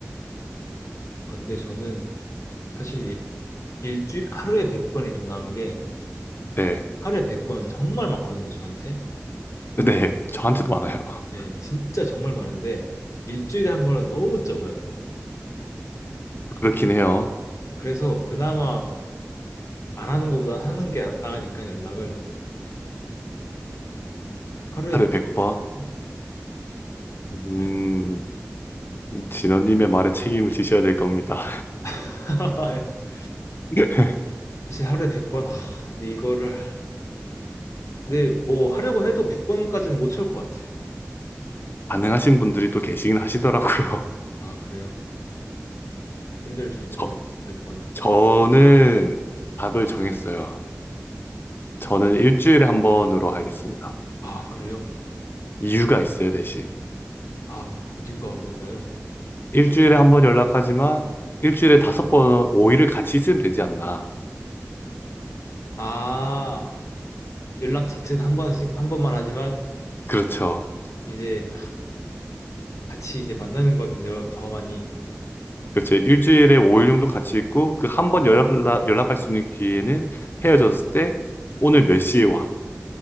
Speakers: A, on the left; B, on the left.
A: 아, 근데 저는 사실 일, 일주 하루에 100번이 좀 나은 게
B: 네.
A: 하루에 100번 정말 많거든요, 저한테.
B: 네. 저한테도 많아요. <laughs>
A: 네, 진짜 정말 많은데 일주일에 한 번은 너무 적어요, 또.
B: 그렇긴 해요.
A: 그래서 그나마 안 하는 것보다 하는 게 나가니까 연락을 하루에
B: 하루에
A: 100번
B: 백 번.
A: 하겠습니다.
B: 음,
A: 네.
B: 진원님의 말에 책임을 지셔야 될 겁니다.
A: <laughs>
B: <laughs>
A: 사실 하루에 100번, 하, 근데 이거를, 근데 뭐 하려고 해도 100번까지는 못 채울 것 같아요.
B: 가능하신 분들이 또 계시긴 하시더라고요. <laughs>
A: 아, 그래요? 힘들죠, 힘들죠.
B: 저,
A: 100번은.
B: 저는 답을 정했어요. 저는 일주일에 한 번으로 하겠습니다.
A: 아, 그래요?
B: 이유가 있어요, 대신.
A: 아, 이유가 뭘까요?
B: 일주일에 한 번 연락하지만 일주일에 다섯 번, 5일을 같이 있으면 되지 않나.
A: 아, 연락 자체는 한 번씩, 한 번만 하지만
B: 그렇죠.
A: 이제 같이 이제 만나는 거는 더 많이,
B: 그렇죠. 일주일에 5일 정도 같이 있고 그 한 번 연락, 연락할 수 있는 기회는 헤어졌을 때 오늘 몇 시에 와.